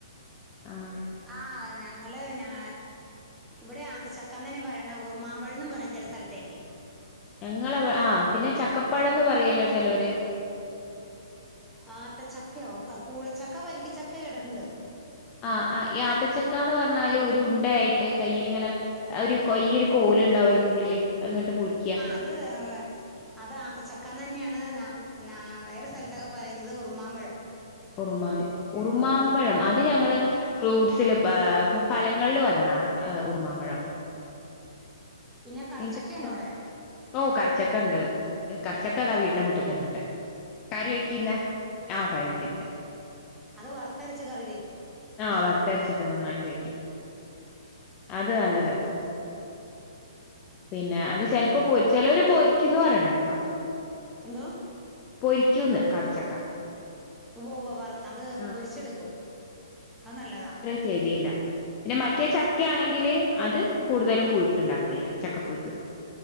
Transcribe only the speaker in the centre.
ആഹാ ഞങ്ങള് ഞാ- ഇവിടെ ആത്തച്ചക്കാന്നാ പറയ്ണെ ഉറുമാമ്പഴം എന്നും പറയും ചെലെ സ്ഥലത്തേക്ക്
ആത്ത ചക്കയോ കൂഴച്ചക്ക വരിക്കചക്ക കേട്ടിട്ടുണ്ട്
ഇത് അവ <unintelligible> അത് ആത്തച്ചക്കാന്നന്നെയാണ് നാ നാ വേറെ സ്ഥലത്തൊക്കെ പറയുന്നത് ഉറുമാമ്പഴം.
പിന്നെ കടച്ചക്കയുണ്ടോ
അവ്ടെ?
കറി
അത് വറുത്തരച്ച് കറി വെക്ക്യും.
ഉം
പിന്നെ
എന്തോ?
ഉവ്വ് ഉവ്വ് വറത്ത അത്
പൊരിച്ചെടുക്കും അത് നല്ലതാ.
ഉം